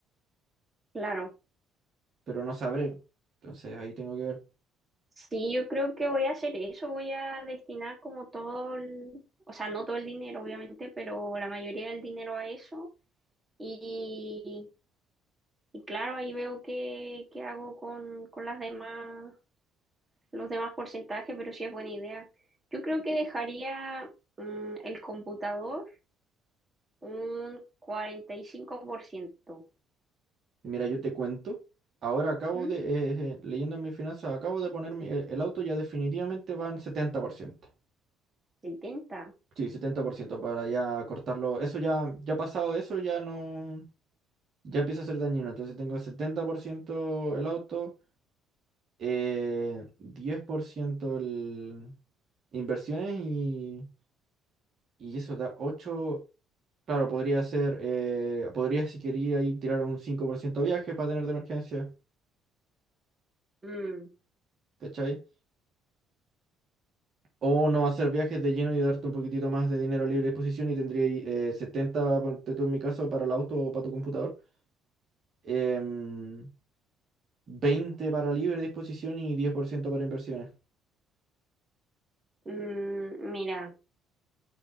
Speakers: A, on the right; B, on the right.
A: Claro.
B: pero no sabré. Entonces ahí tengo que ver.
A: Sí, yo creo que voy a hacer eso, voy a destinar como todo el, o sea, no todo el dinero, obviamente, pero la mayoría del dinero a eso. Y, y claro, ahí veo qué, qué hago con, con las demás, los demás porcentajes, pero sí es buena idea. Yo creo que dejaría mm, el computador un 45%.
B: Y Mira, yo te cuento. Ahora acabo
A: ¿Mm?
B: de, eh, eh, leyendo mis finanzas, acabo de poner mi- el, el auto ya definitivamente va en setenta por ciento
A: ¿70?
B: Sí, 70% para ya cortarlo. Eso ya, ya pasado de eso, ya no, ya empieza a ser dañino. Entonces tengo 70% el auto, eh, 10% el inversiones y Y eso da ocho Claro, podría ser. eh, podría, si quería, ahí tirar un 5% de viaje para tener de emergencia.
A: Mm,
B: ¿Cachai? O no hacer viajes de lleno y darte un poquitito más de dinero a libre disposición y tendría ahí, eh, 70, ponte tú en mi caso, para el auto o para tu computador. em, 20 para libre disposición y 10% para inversiones.
A: mm, mira.